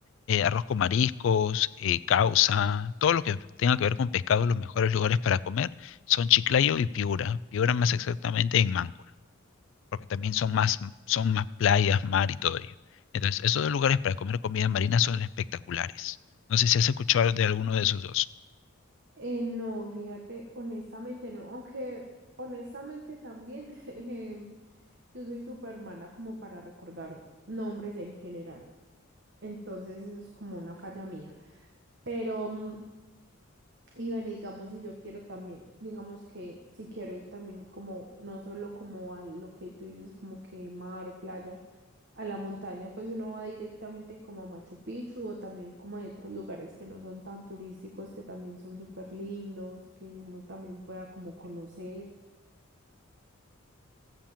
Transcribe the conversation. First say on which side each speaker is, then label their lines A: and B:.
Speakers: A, on the left; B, on the right.
A: eh, arroz con mariscos, eh, causa, todo lo que tenga que ver con pescado, los mejores lugares para comer son Chiclayo y Piura. Piura más exactamente en Máncora porque también son más, son más playas, mar y todo ello. Entonces, esos dos lugares para comer comida marina son espectaculares. No sé si has escuchado de alguno de esos dos.
B: eh, no, fíjate, honestamente no. Aunque honestamente también <laughs> em, yo soy súper mala como para recordar nombres en general. Entonces eso es como una falla mía. Pero mm, Y bueno, digamos, si yo quiero también, digamos que si quiero ir también como, no solo como a lo que tú dices, como que mar o playa, a la montaña, pues uno va directamente como a Machu Picchu o también como a otros lugares que no son tan turísticos, que también son súper lindos, que uno también pueda como conocer.